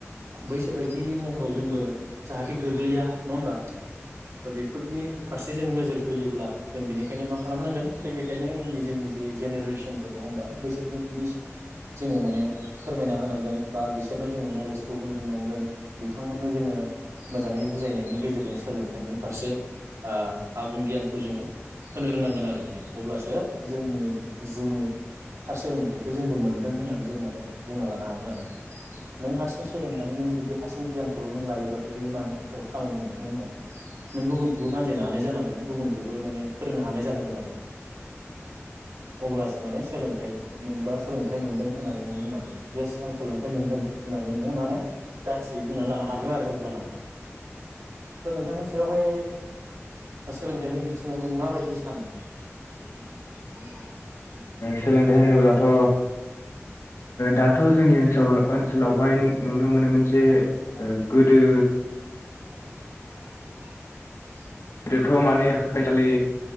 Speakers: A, on the right; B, on the left.
A: बैसोर बायदि महराव जोंबो जाहाथे गोग्लैया नङा होमबा दा बेफोरनि फारसे जों नोजोर होयोब्ला जों बेनिखायनो माखा खालामनांगोन फैबाय थानाय उननि जोंनि जि जेनेरेसनफोर नङा होमबा बैसोरखौनि जोङो माने फोरमायना होनांगोन बा बिसोरनो जोङो नलेजखौ होनो रोंनांगोन। बिथांमोननो जोङो मोजाङै बुजायनायनि गेजेरजों सोलोंथाइनि फारसे ओ आबुं गियानखौ जोङो होनो रोंनांगोन। आरोखि अब्लासो जोंनि जिउनि थार सोलोंथाइखौ जोंबो मोनदों होननानै जों माने बुंना लानो हागोन आरो नों हारसिं सोलोंनानै नों जुदि हारसिं गियानखौल नों लायोब्लाथ बे मानि थाखाय खामानि होनो नङा होमबा नों गुबुनखौबो बानजायनो हानाय जानांगोन गुबुनखौबो माने फोरोंनो हानाय जानांगोन। अब्लासो माने सोलोंथाइ नोंबा सोलोंथाइ मोनदों होननानै नों बुंनो हागोन येस आं सोलोंथाइ मोनदों होननानै नोङो माने दा थियै बुंनानै लानो हागोन आरो अब्लाना स' नोंथांनि सायावहाय सोलोंथाइनि बिथिङाव नों माबायदि सानो? <unintelligible>
B: सोलोंथाइ होनोब्लाथ ओ दाथ जोंनि ओनसोल ओनसोलावहाय नुनो मोनोमोन जमोनसे गोदो
A: <unintelligible>
B: गोदोथ माने फरायसालि